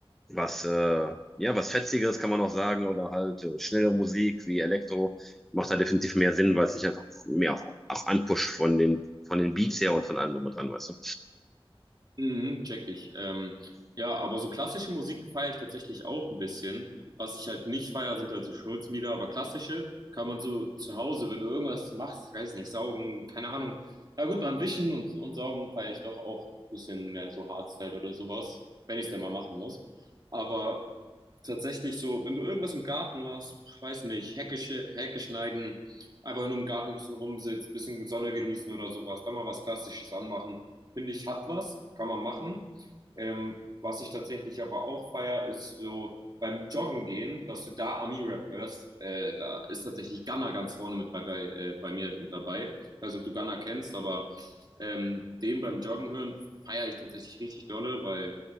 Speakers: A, in the centre; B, on the right.
A: was, äh, ja, was Fetzigeres kann man noch sagen oder halt äh, schnelle Musik wie Elektro macht da definitiv mehr Sinn, weil es sich einfach mehr auch, auch anpusht von den, von den Beats her und von allem drum und dran, weißt du.
B: Mhm, check ich. Ähm, ja, aber so klassische Musik feiere ich tatsächlich auch ein bisschen. Was ich halt nicht feiere, sind halt so Schnulzenlieder, aber klassische kann man so zu Hause, wenn du irgendwas machst, ich weiß nicht, saugen, keine Ahnung. Na gut, beim Wischen und, und Saugen feiere ich doch auch ein bisschen mehr so Hardstyle oder sowas, wenn ich es denn mal machen muss. Aber tatsächlich so, wenn du irgendwas im Garten machst, weiß nicht, Hecke, sche- Hecke schneiden, einfach nur im Garten ein bisschen rumsitzt, bisschen Sonne genießen oder sowas, dann mal was Klassisches anmachen, finde ich, hat was, kann man machen. Ähm, was ich tatsächlich aber auch feier, ist so beim Joggen gehen, dass du da Ami-Rap hörst. Äh, da ist tatsächlich Gunna ganz vorne mit bei, bei, äh, bei mir mit dabei. Ich weiß nicht, ob du Gunna kennst, aber ähm, den beim Joggen hören feiere ich tatsächlich richtig dolle, weil